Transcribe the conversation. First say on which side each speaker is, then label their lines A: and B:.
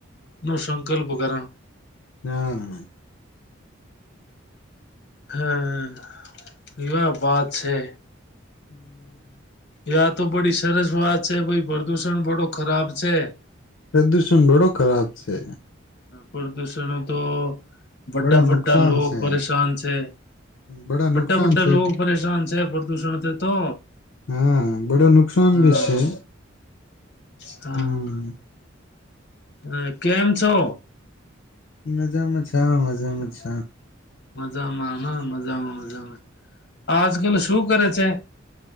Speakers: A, on the left; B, on the left.
A: લો સંકલ્પ કરા
B: ના
A: હમ્મ યહાં બાત છે
B: હમ્મ
A: યાઆ તો બડી સરસ વાત છે ભાઈ પ્રદુષણ ગણો ખરાબ છે
B: પ્રદૂષણ બડો ખરાબ છે
A: પ્રદુષણ તો વડાા
B: બડા
A: વડાા
B: નુકસાન
A: લોકો
B: છે
A: પરેશાન છે
B: બડા
A: વડા
B: નુકસાન
A: વડા
B: છે
A: લોકો પરેશાન છે પ્રદુષણ તો
B: હા બડા નુકસાન
A: હા
B: ભી છે
A: હા
B: હમ
A: હ કેમ છો
B: મજામાં છ મજામાં છ
A: મજામાં મજામાં મજામાં આજકાલ શું કરે છે